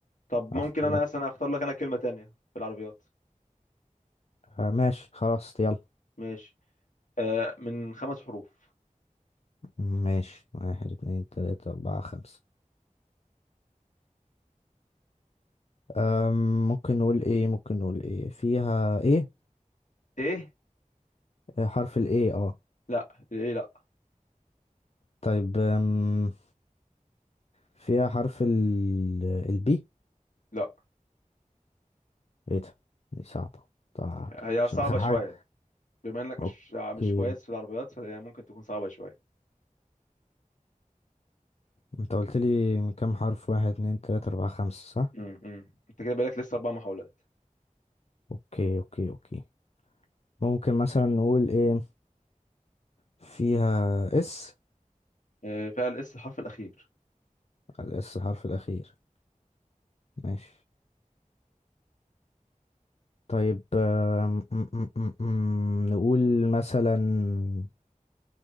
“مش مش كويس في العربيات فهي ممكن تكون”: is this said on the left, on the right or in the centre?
Left